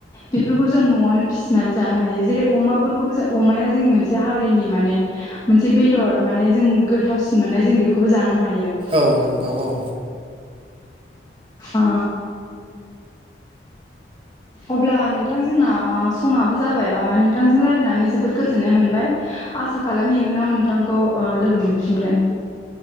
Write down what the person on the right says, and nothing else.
औ नंगौ औ